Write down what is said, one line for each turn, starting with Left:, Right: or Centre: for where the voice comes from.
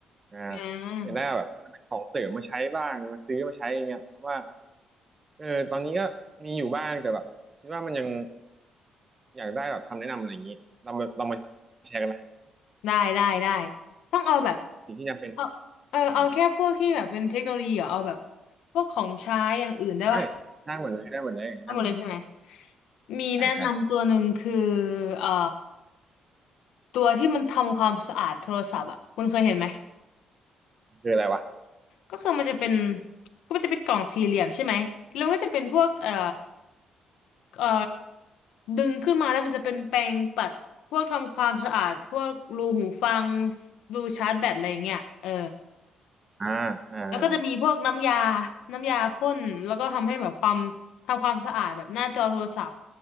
Right: อ่า
Left: อ่า
Right: อยากได้แบบของเสริมมาใช้บ้างมาซื้อมาใช้อย่างเงี้ยเพราะว่าเออตอนนี้ก็มีอยู่บ้างแต่แบบคิดว่ามันยัง อยากได้แบบคำแนะนำอะไรอย่างนี้เรามาเรามาแชร์กันไหม
Left: ได้ได้ได้ต้องเอาแบบ
Right: สิ่งที่จำเป็น
Left: เอาเออเอาแค่พวกที่แบบเป็นเทคโนโลยีเหรอเอาแบบ
Right: อ่า
Left: พวกของใช้อย่างอื่นได้ปะ
Right: เอ้ยได้หมดเลยได้หมดเลยได้หมดเลย
Left: เอาหมดเลยใช่ไหมมีแนะนำตัวหนึ่งคือ
Right: ใช่ใช่
Left: เอ่อตัวที่มันทำความสะอาดโทรศัพท์อ่ะคุณเคยเห็นไหม
Right: คืออะไรวะ
Left: ก็คือมันจะเป็นก็มันจะเป็นกล่องสี่เหลี่ยมใช่ไหมแล้วมันก็จะเป็นพวกเอ่อเอ่อดึงขึ้นมาแล้วมันจะเป็นแปรงปัดพวกทำความสะอาดพวกรูหูฟังรูชาร์จแบตอะไรอย่างเงี้ยเออ
Right: อ่าอ่าอา
Left: แล้วก็จะมีพวกน้ำยาน้ำยาพ่นแล้วก็ทำให้แบบความทำความสะอาดแบบหน้าจอโทรศัพท์